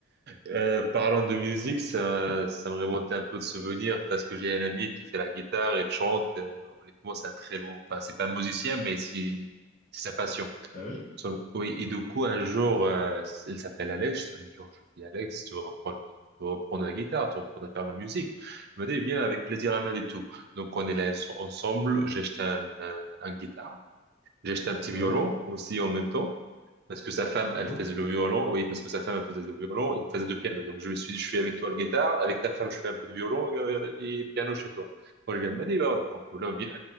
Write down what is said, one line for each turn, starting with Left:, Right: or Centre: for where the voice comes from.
Right: Euh, parlant de musique, ça, ça me remontait un peu de souvenirs parce que j'ai un ami qui fait la guitare, il chante. euh, honnêtement, c'est un très bon. Enfin, c'est pas un musicien, mais c'est c'est sa passion.
Left: Ah oui?
Right: So- oui, et du coup, un jour, euh, il s'appelle Alex. Un jour, je dis Alex, tu veux reprendre, tu veux reprendre la guitare, tu veux reprendre à faire la musique. Il me dit, bien, avec plaisir, à main et tout. Donc, on est là ense- ensemble. J'ai acheté un, un, un guitare. J'ai acheté un petit violon
Left: Ouais.
Right: aussi en même temps, parce que sa femme,
Left: Ah
Right: elle
Left: bon?
Right: faisait le violon. Oui, parce que sa femme, elle faisait le violon, il faisait le piano. Donc, je me suis dit, je suis avec toi le guitare, avec ta femme, je fais un peu de violon euh, et piano chez toi. Quand je viens, elle m'a dit, bah, aucun problème, viens.